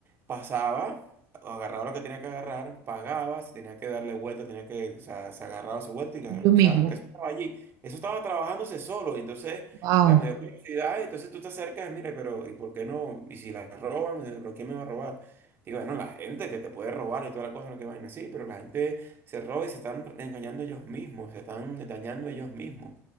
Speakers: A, on the right; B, on the right.
A: pasaba, agarraba lo que tenía que agarrar, pagaba, se tenía que darle vuelta, tenía que, o sea, se agarraba su vuelta y la,
B: ellos
A: o
B: mismos.
A: sea, la empresa estaba allí. Eso estaba trabajándose solo, y entonces,
B: Wow.
A: o sea, me dio curiosidad, y entonces tú te acercas, mira, pero ¿y por qué no? ¿Y si la roban? Eh, ¿Pero quién me va a robar? Digo, bueno, la gente que te puede robar y toda la cosa, no que vaina así, pero la gente se roba y se están engañando ellos mismos, se están dañando ellos mismos.